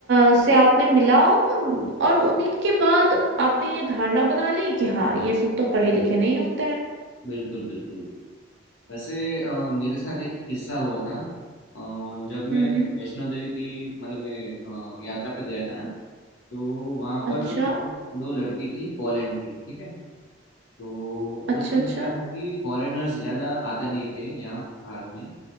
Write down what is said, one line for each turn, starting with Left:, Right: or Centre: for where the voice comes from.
Right: अ, से आपने मिला होगा और उन्हीं के बाद आपने ये धारणा बना ली कि हाँ ये सब तो पढ़े लिखे नहीं होते हैं
Left: बिल्कुल बिल्कुल वैसे अ, मेरे साथ एक किस्सा हुआ था अ, जब मैं
Right: हम्म
Left: वैष्णो देवी की मतलब मैं अ, यात्रा पे गया था ना तो वहाँ
Right: अच्छा
Left: पर दो दो लड़की थी पोलैंड की ठीक है तो
Right: अच्छा
Left: उस समय
Right: अच्छा
Left: क्या था कि फॉरेनर्स ज़्यादा आते नहीं थे यहाँ भारत में